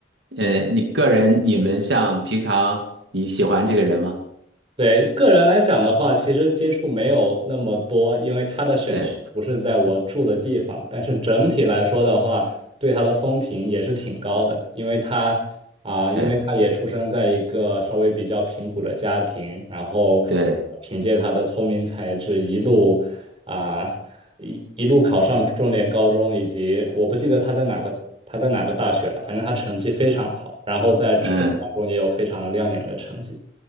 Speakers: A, on the right (about 80°); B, on the right (about 30°).
A: 呃，你个人你们像平常你喜欢这个人吗？
B: 对，个人来讲的话，其实接触没有那么多，因为他的选区不是在我住的地方。
A: 对，
B: 但是整体来说的话，对他的风评也是挺高的，因为他啊，因为他也出生在一个稍微比较贫苦的家庭，
A: 对，
B: 然后
A: 对，
B: 凭借他的聪明才智，一路啊一一路考上重点高中，以及我不记得他在哪个他在哪个大学了，反正他成绩非常好，然后在执政当中也有非常亮眼的成绩。
A: 嗯，